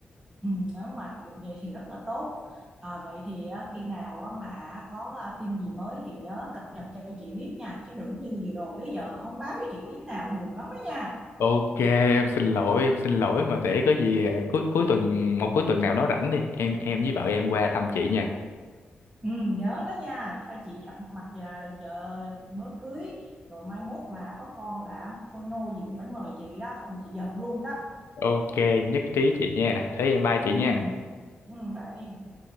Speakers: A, on the right; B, on the left.
A: Ừ, nếu mà được vậy thì rất là tốt. À, vậy thì á, khi nào á, mà có à, tin gì mới thì nhớ cập nhật cho chị biết nha. Chứ đừng như gì rồi tới giờ mà không báo cho chị tiếng nào buồn lắm á nha.
B: Ok, em xin lỗi, em xin lỗi mà để có gì à, cuối cuối tuần một cuối tuần nào đó rảnh đi, em em với vợ em qua thăm chị nha.
A: Ừ, nhớ đó nha. Cho chị gặp mặt giờ, giờ mới cưới rồi mai mốt mà có con là thôi nôi gì cũng phải mời chị đó không chị giận luôn đó.
B: Ok, nhất trí chị nha. Thế em bye chị
A: Ừ,
B: nha.
A: ừ, bye em.